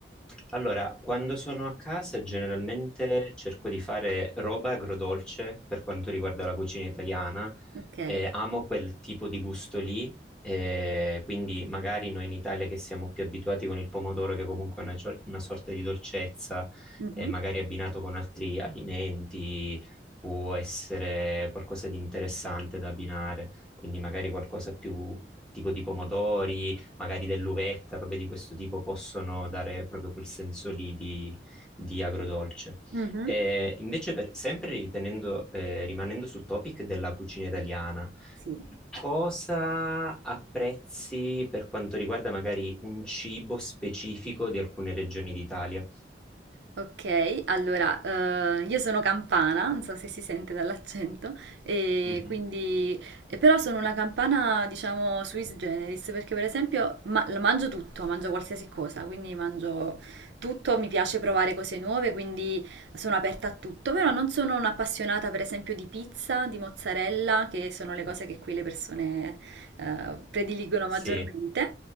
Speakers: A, in the centre; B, on the right.
A: Allora, quando sono a casa generalmente cerco di fare roba agrodolce per quanto riguarda la cucina italiana.
B: Ok.
A: eh, amo quel tipo di gusto lì, eh, quindi magari noi in Italia che siamo più abituati con il pomodoro, che comunque è una, gio- una sorta di dolcezza,
B: Mhm.
A: eh, magari abbinato con altri alimenti, può essere qualcosa di interessante da abbinare, quindi magari qualcosa più tipo di pomodori magari dell'uvetta, robe di questo tipo, possono dare proprio quel senso lì di, di agrodolce.
B: Mhm.
A: Eh, invece, per- sempre ritenendo, eh, rimanendo sul topic della cucina italiana,
B: Sì.
A: cosa apprezzi per quanto riguarda magari un cibo specifico di alcune regioni d'Italia?
B: Ok, allora, eh, io sono campana, non so se si sente dall'accento, e
A: Mhm.
B: quindi, e però sono una campana, diciamo, sui generis, perché per esempio ma- mangio tutto, mangio qualsiasi cosa, quindi mangio tutto, mi piace provare cose nuove, quindi sono aperta a tutto, però non sono un'appassionata per esempio di pizza, di mozzarella, che sono le cose che qui le persone eh, prediligono
A: Sì.
B: maggiormente.